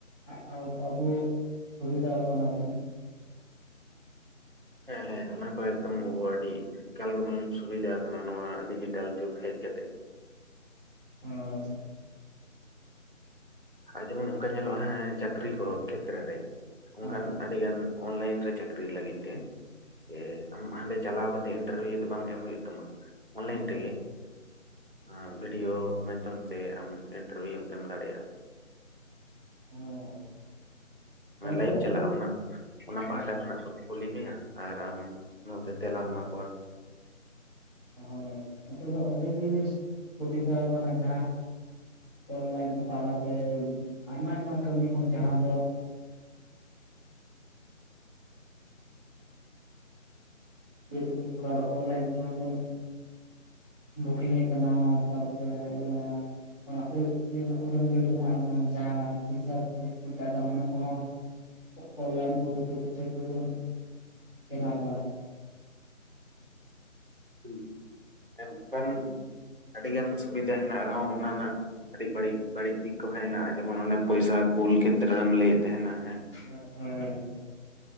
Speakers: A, on the left (about 20°); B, on the right (about 45°).
A: ᱟ-ᱟ-ᱟᱵᱚ ᱥᱩᱵᱤᱫᱟᱣ ᱠᱟᱱᱟ ᱵᱚᱱ᱾
B: ᱦᱮᱸ ᱦᱮᱸ ᱚᱱᱟ ᱠᱚ ᱮᱠᱫᱚᱢ ᱟᱵᱚ ᱟᱹᱰᱤ ᱮᱠᱟᱞ ᱜᱮᱵᱚᱱ ᱥᱩᱵᱤᱫᱷᱟᱣ ᱟᱠᱟᱱᱟ ᱱᱚᱣᱟ ᱰᱤᱡᱤᱴᱟᱞ ᱡᱩᱜᱽ ᱦᱮᱡ ᱠᱟᱛᱮᱜ᱾
A: ᱦᱳᱭ᱾
B: ᱟᱨ ᱡᱮᱢᱚᱱ ᱚᱱᱠᱟ ᱧᱮᱞᱚᱜ-ᱟ ᱦᱮᱸ ᱪᱟᱹᱠᱨᱤ ᱠᱚ ᱠᱷᱮᱛᱨᱮ ᱨᱮ ᱚᱱᱠᱟᱱ
A: ᱦᱳᱭ
B: ᱟᱡ ᱟᱹᱰᱤ ᱜᱟᱱ ᱚᱱᱞᱟᱭᱤᱱ ᱨᱮ ᱪᱟᱹᱠᱨᱤ ᱞᱟᱹᱜᱤᱫ ᱛᱮ ᱮ ᱟᱢ ᱦᱟᱸᱰᱮ ᱪᱟᱞᱟᱣ ᱠᱟᱛᱮᱜ ᱤᱱᱴᱟᱨᱵᱷᱤᱭᱩ ᱫᱚ ᱵᱟᱝ ᱮᱢ ᱦᱩᱭᱩᱜ ᱛᱟᱢᱟ᱾ ᱚᱱᱞᱟᱭᱤᱱ
A: ᱦᱳᱭ
B: ᱛᱮᱜᱮ ᱟᱸ ᱵᱷᱤᱰᱭᱳ ᱢᱟᱫᱽᱫᱷᱚᱢ ᱛᱮ ᱟᱢ ᱤᱱᱴᱟᱨᱵᱷᱤᱭᱩᱢ ᱮᱢ ᱫᱟᱲᱮᱜ-ᱟ᱾
A: ᱦᱳᱭ ᱦᱳᱭ᱾
B: ᱢᱟᱱᱮ
A: ᱦᱳᱭ ᱱᱤᱛᱚᱜ
B: ᱞᱟᱭᱤᱵᱷ
A: ᱫᱚ
B: ᱪᱟᱞᱟᱜ-ᱟ
A: ᱟᱹᱰᱤ
B: ᱚᱱᱟ
A: ᱦᱳᱭ
B: ᱚᱱᱟ ᱯᱟᱦᱟᱴᱟ ᱠᱷᱚᱱᱟᱜ ᱠᱚ ᱠᱩᱞᱤ ᱢᱮᱭᱟ ᱟᱨ ᱟᱢ ᱱᱚᱱᱛᱮ ᱛᱮᱞᱟᱢ ᱮᱢᱟ ᱠᱚᱣᱟ᱾
A: ᱦᱳᱭ, ᱱᱤᱛᱚᱜ ᱫᱚ ᱟᱹᱰᱤ ᱜᱮ ᱥᱩᱵᱤᱫᱷᱟᱣ ᱠᱟᱱᱟ ᱡᱟᱦᱟᱸ ᱚᱱᱞᱟᱭᱤᱱ ᱛᱟ-ᱛᱟᱞᱟᱛᱮ ᱟᱭᱢᱟ ᱟᱭᱢᱟ ᱠᱟᱹᱢᱤ ᱦᱚᱸ ᱡᱟᱦᱟᱸ ᱫᱚ <unintelligible> ᱡᱮᱦᱮᱛᱩ ᱵᱚᱱ ᱠᱚᱨᱟᱣ ᱫᱟ ᱚᱱᱞᱟᱭᱤᱱ ᱛᱮᱦᱚᱸ ᱵᱚᱱ
B: <inaudible>
A: ᱵᱩᱠᱤᱝ-ᱮᱜ ᱠᱟᱱᱟ ᱛᱟᱯᱚᱨᱮ ᱤᱭᱟ ᱚᱱᱟ ᱩᱻᱩ-ᱩᱰᱟᱹᱱ ᱜᱹᱰᱤ ᱨᱮᱱᱟᱜ ᱚᱱᱟ ᱡᱟᱦᱟᱸ ᱵᱷᱤᱡᱟ ᱠᱚᱠᱚ ᱢᱟᱛᱟᱜ ᱠᱟᱱᱟ ᱚᱱᱟ ᱠᱚᱦᱚᱸ᱾ ᱚ-ᱚᱱᱞᱟᱭᱤᱱ ᱯᱷᱳᱴᱳᱛᱳᱴᱳ ᱛᱮ ᱜᱮᱵᱚᱱ ᱵᱮᱱᱟᱣᱫᱟ᱾
B: ᱦᱩᱸ, ᱮᱢ ᱠᱟᱱ ᱟᱹᱰᱤᱜᱟᱱ ᱥᱩᱵᱤᱫᱟ ᱦᱮᱱᱟᱜ ᱨᱮᱦᱚᱸ ᱚᱱᱟ ᱨᱮᱱᱟᱜ ᱟᱹᱰᱤ ᱵᱟᱹᱲᱤᱡ ᱵᱟᱹᱲᱤᱡ ᱫᱤᱠ ᱠᱚᱦᱚᱸ ᱦᱮᱱᱟᱜ-ᱟ᱾ ᱡᱮᱢᱚᱱ ᱚᱱᱮ ᱯᱚᱭᱥᱟ ᱠᱩᱞ ᱠᱷᱮᱛᱨᱮ ᱨᱮᱢ ᱞᱟᱹᱭᱮᱫ ᱛᱟᱦᱮᱸᱱᱟ ᱦᱮᱸ᱾
A: ᱦᱳᱡ, ᱦᱳᱭ ᱦᱳᱭ ᱦᱳᱭ᱾